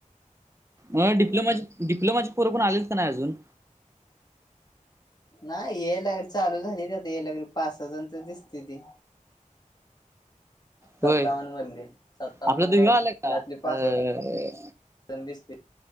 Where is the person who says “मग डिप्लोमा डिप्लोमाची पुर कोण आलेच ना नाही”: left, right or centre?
Right